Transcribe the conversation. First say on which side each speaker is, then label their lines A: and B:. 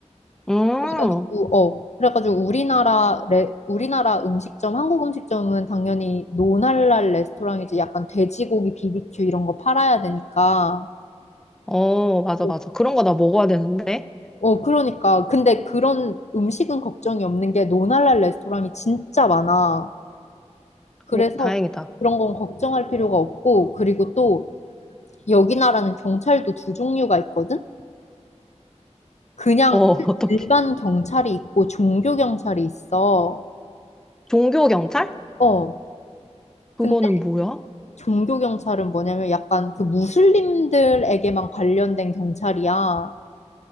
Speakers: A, in the centre; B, on the left.
A: 음,
B: 그래가지고 어, 그래가지고 우리나라 레, 우리나라 음식점, 한국 음식점은 당연히 논할랄 레스토랑이지. 약간 돼지고기 비비큐 이런 거 팔아야 되니까.
A: 어, 맞아,
B: 어,
A: 맞아. 그런 거 나 먹어야 되는데.
B: 어, 그러니까. 근데 그런 음식은 걱정이 없는 게 논할랄 레스토랑이 진짜 많아. 그래서
A: 어, 다행이다.
B: 그런 건 걱정할 필요가 없고, 그리고 또 여기 나라는 경찰도 두 종류가 있거든? 그냥
A: 어, <laughs> 어떡해.
B: 일반 경찰이 있고 종교 경찰이 있어.
A: 종교 경찰?
B: 어.
A: 그거는
B: 근데
A: 뭐야? 어,
B: 종교 경찰은 뭐냐면 약간 그 무슬림들에게만 관련된 경찰이야.